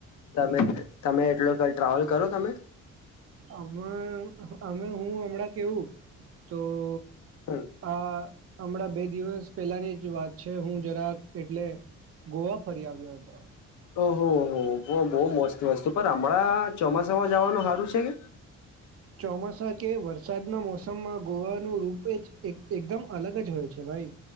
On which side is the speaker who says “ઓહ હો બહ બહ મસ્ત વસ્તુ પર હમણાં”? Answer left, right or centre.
Left